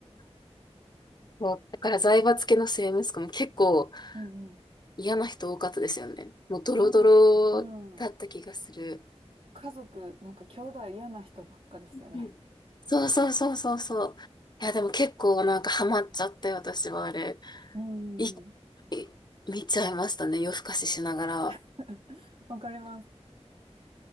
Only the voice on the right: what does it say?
うんうん。
嫌な人。うん。家族、なんか兄弟嫌な人ばっかでしたよね。
うん。
<laughs> わかります。い